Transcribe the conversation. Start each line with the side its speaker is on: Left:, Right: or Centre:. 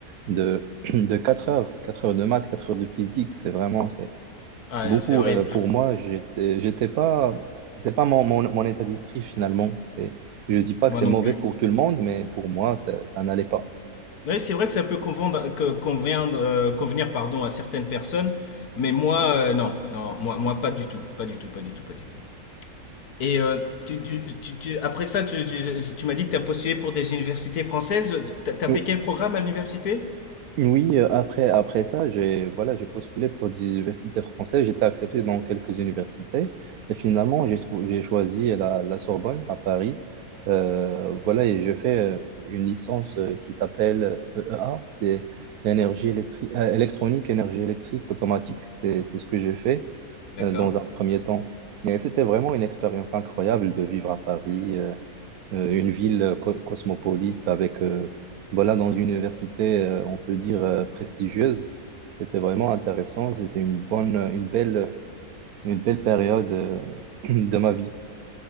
Right: de, <clears throat> de 4 heures, 4 heures de maths, 4 heures de physique. C'est vraiment, c'est
Left: Ouais,
Right: c'est beaucoup
Left: c'est horrible.
Right: euh, pour moi. J'étais, j'étais pas, c'est pas mon, mon, mon état d'esprit finalement. C'est, je dis pas
Left: Moi
Right: que c'est
Left: non
Right: mauvais
Left: plus.
Right: pour tout le monde, mais pour moi, ça, ça n'allait pas.
Left: Oui, c'est vrai que ça peut convendre- que- conviendre, euh, convenir, pardon, à certaines personnes, mais moi, euh, non, non, moi, moi, pas du tout, pas du tout, pas du tout, pas du tout. Et euh, tu- tu- tu- tu- après ça, tu, tu- tu m'as dit que tu as postulé pour des universités françaises. Tu as
Right: <clears throat>
Left: fait quel programme à l'université?
Right: Oui, euh, après, après ça, j'ai voilà, j'ai postulé pour des universités françaises. J'étais accepté dans quelques universités. Et finalement, j'ai trou- j'ai choisi la, la Sorbonne à Paris. Euh, voilà, et je fais euh, une licence euh, qui s'appelle EEA. C'est l'énergie électrique, électronique, énergie électrique automatique. C'est c'est ce que j'ai fait
Left: D'accord.
Right: euh, dans un premier temps. Et c'était vraiment une expérience incroyable de vivre à Paris. euh, euh, une ville euh, co- cosmopolite avec, euh, voilà, dans une université, euh, on peut dire, euh, prestigieuse. C'était vraiment intéressant. C'était une bonne, une belle, une belle période, euh, <clears throat> de ma vie.